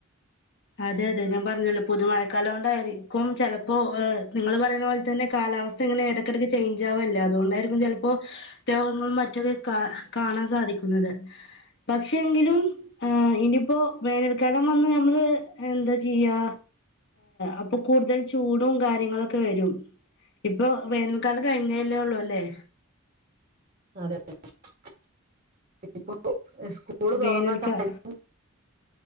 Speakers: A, on the left (about 55°); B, on the right (about 45°).
A: അതെയതെ ഞാൻ പറഞ്ഞല്ലോ പുതുമഴകാലം കൊണ്ടാരിക്കും ചെലപ്പോ നിങ്ങള് പറയുന്നപോലെതന്നെ കാലാവസ്ഥ ഇങ്ങനെ എടക്കെടക്ക് ചെയ്ഞ്ചാവല്ലേ അതുകൊണ്ടായിരിക്കും ചെലപ്പോ <unintelligible> കാണാൻ സാധിക്കുന്നത് പക്ഷെ എങ്കിലും ഇനിപ്പോ വേനൽക്കാലം വന്ന് ഞമ്മള് എന്താ ചെയ്യാ അപ്പം കൂടുതൽ ചൂടും കാര്യങ്ങളൊക്കെ വരും ഇപ്പൊ വേനൽക്കാലം കഴിഞ്ഞതല്ലേ ഉള്ളൂ അല്ലേ
B: അതെ <unintelligible> സ്കൂള്
A: വേനൽക്കാ
B: തൊറന്ന ടൈമും